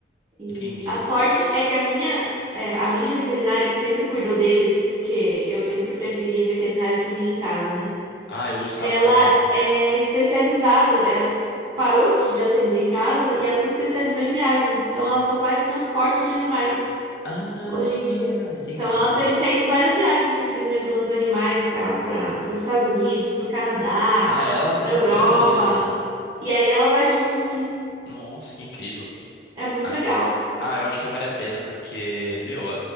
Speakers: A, on the right (about 25°); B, on the left (about 75°).
A: E
B: entendi.
A: a sorte é que a minha, é, a minha veterinária, que sempre cuidou deles, porque eu sempre preferia veterinário que vinha em casa, né?
B: Ah, eu gostava
A: Ela
B: também.
A: é especializada, ela s- parou de de atender em casa e ela se especializou em viagens, então ela só faz transporte de animais
B: Ah,
A: hoje em dia.
B: entendi.
A: Então, ela tem feito várias viagens assim, levando animais para para os Estados Unidos, para o Canadá,
B: Ah, ela acompanha
A: para a Europa.
B: mesmo.
A: E aí ela vai junto, sim.
B: Nossa, que incrível.
A: É muito
B: Ai,
A: legal.
B: que- Ah, eu acho que vale a pena, porque, meu,